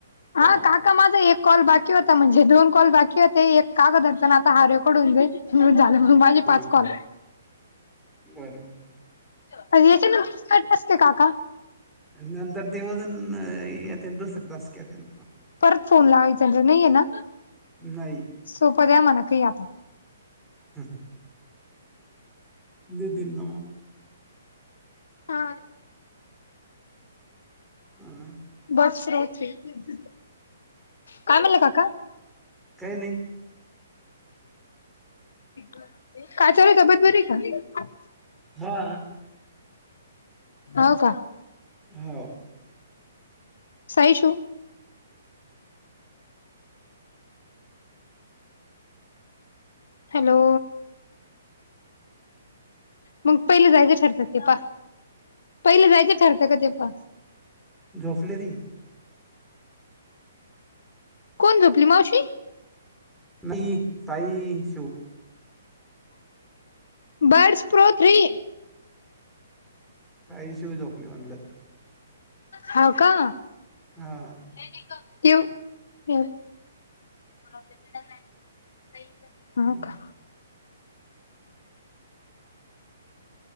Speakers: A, on the left (about 65°); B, in the centre.
A: हा
B: phone
A: काका, माझं एक कॉल बाकी होता, म्हणजे दोन कॉल बाकी होते, एक कागदरतना आता हारेकडून जाईल. हो झालं, म्हं, माझे
B: हम्म
A: पाच
B: हम्
A: कॉल
B: बरोबर
A: <unintelligible> काका
B: नंतर ते वजन येते <unintelligible>
A: परत फोन लावायचा <unintelligible> नाहीये ना
B: नाई
A: सोपं द्या मणा कइ आता
B: हम हं देतील न म
A: हा
B: हम
A: <unintelligible> काय म्हणले, काका?
B: काय नई
A: काय चालूय, तब्येत बरीये का?
B: हा
A: हौ का
B: हो
A: साई शू हॅलो. मग पहिलं जायचं ठरत ते पा, पहिलं जायचं ठरतं का ते पा.
B: झोपले ती.
A: कोण झोपली मावशी?
B: मी, साई शिव.
A: बर्ड्स प्रो थ्री
B: ताई शिवाय झोपली म्हनलं.
A: हाव का?
B: हा.
A: <unintelligible> हो
B: हा
A: का.